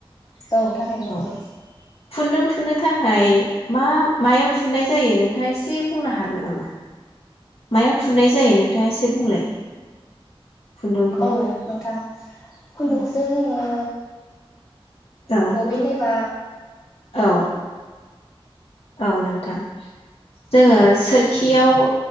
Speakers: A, on the left; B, on the left.
A: औ थारैनो नंगौ
B: औ खुन्दुं थुनो थाखाय मा मायाव थुनाय जायो नोंथाङा एसे बुंनो हागोन नामा? मायाव थुनाय जायो नोंथाङा एसे बुंलाय। खुन्दुंखौ
A: औ नोंथां खुन्दुंखौसो
B: औ
A: जोङो
B: औ
A: बबिनेबा
B: औ औ नोंथां जोङो सोरखि याव